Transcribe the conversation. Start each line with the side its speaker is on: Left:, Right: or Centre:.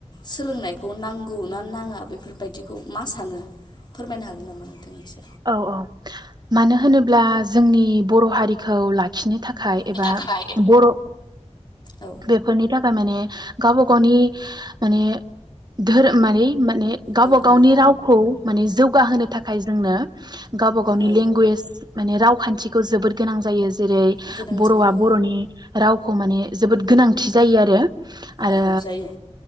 Left: सोलोंनायखौ नांगौ ना नाङा बेफोरबायदिखौ मा सानो फोरमायनो हागोन नामा नोंथांनिसम?
Right: औ औ मानो होनोब्ला जोंनि बर' हारिखौ लाखिनो थाखाय खाय
Left: थाखाय
Right: एबा बर'
Left: औ
Right: बेफोरनि थाखाय माने गावबा गावनि माने धोरोम माने गावबा
Left: औ
Right: गावनि
Left: औ
Right: रावखौ माने जौगाहोनो थाखाय जोंनो गावबा गावनि
Left: औ
Right: लेंगुवेज माने रावखान्थिखौ जोबोद गोनां जायो। जेरै
Left: गोनां
Right: बर'आ
Left: जायो औ
Right: बर'नि राव खौ माने जोबोद गोनांथि जायो आरो आरो
Left: औ जायो